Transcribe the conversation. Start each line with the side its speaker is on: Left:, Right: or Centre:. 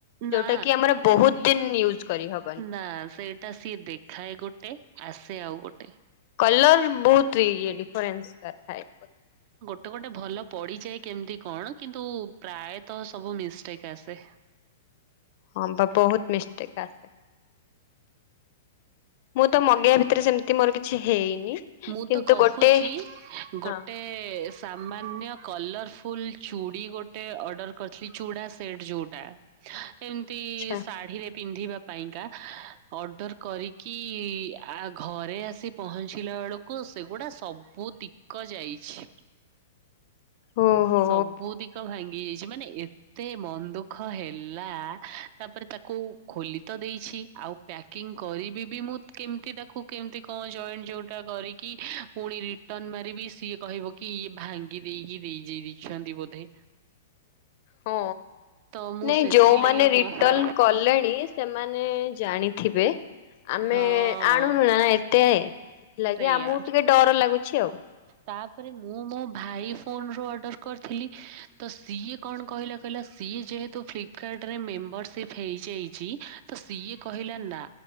Right: ନା
Left: ଯୋଉଟା କି ଆମର ବହୁତ ଦିନ ୟୁଜ କରି ହବନି।
Right: ହଁ ସେଇ ତା ସିଏ ଦେଖାଏ ଗୋଟେ ଆସେ ଆଉ ଗୋଟେ।
Left: କଲର ବହୁତ ଇଏ ଡିଫରେନ୍ସ ଥାଏ।
Right: ତ ଗୋଟେ ଭଲ ପଡିଯାଏ କେମତି କଣ କିନ୍ତୁ ପ୍ରାୟତଃ ସବୁ ମିଷ୍ଟେକ୍ ଆସେ।
Left: ହଁ ବା ବହୁତ ମିଷ୍ଟେକ୍ ଆସେ। ମୁଁ ତ ମଗେଇବା ଭିତରେ ସେମିତି ମୋର କିଛି ହେଇନି।
Right: ମୁଁ
Left: କିନ୍ତୁ
Right: ତ କହୁଛି
Left: ଗୋଟେ
Right: ଗୋଟେ
Left: ହଁ
Right: ଟେ, ସାମାନ୍ୟ କଲରଫୁଲ୍ ଚୁଡ଼ି ଗୋଟେ ଅର୍ଡର କରିଥିଲି ଚୁଡ଼ା ସେଟ୍ ଯୋଉଟା ଏମିତି
Left: ଆଛା
Right: ଶାଢୀରେ ପିନ୍ଧିବା ପାଇଁକା। ଅର୍ଡର କରିକି ଆ ଘରେ ଆସି ପହଞ୍ଚି ଥିଲା ବେଳକୁ ସେଗୁଡ଼ା ସବୁ ତିକ ଯାଇଛି।
Left: ହୋ ହୋ।
Right: ସବୁଧିକ ଭାଙ୍ଗି ଯାଇଛି। ମାନେ ଏ ଏତେ ମନ୍ ଦୁଃଖ ହେଲା, ତାପରେ ତାକୁ ଖୋଲି ତ ଦେଇଛି ଆଉ ପ୍ୟାକ୍ କିଂ କରିବି ବି ମୁଁ କେମିତି ତାକୁ କେମିତି କଣ ଜଏଣ୍ଟ ଯୋଉଟା କରିକି ପୁଣି ରି ଟନ୍ ମାରିବିି ସିଏ କହିବ କି ଇଏ ଭାଙ୍ଗି ଦେଇକି, ଦେଇ- ଦେଇଛନ୍ତି ବୋଧେ
Left: ହଁ
Right: ତ ମୁଁ
Left: ନାଇଁ
Right: ସେଥିଲାଗି
Left: ଯୋଉମାନେ
Right: ଆଉ
Left: ରିଟର୍ଣ
Right: କଣ
Left: କଲେଣି ସେମାନେ ଜାଣି ଥିବେ। ଆମେ
Right: ହଁ
Left: ଆଣୁନୁ ନା ନା ଏତେ ଥିଲାକି
Right: ସେଇଆ
Left: ଆମୁକୁ ଟିକେ ଡର ଲାଗୁଛି ଆଉ।
Right: ତାପରେ ମୁଁ ମୋ ଭାଇ ଫୋନ୍ ରୁ ଅର୍ଡ଼ର କରିଥିଲି, ତ ସିଏ କଣ କହିଲା କହିଲା, ସିଏ ଯେହେତୁ ଫ୍ଲିପ୍ କାର୍ଡରେ ମେମ୍ବରସିପ୍ ହେଇଯାଇଛି। ତ ସିଏ କହିଲା ନା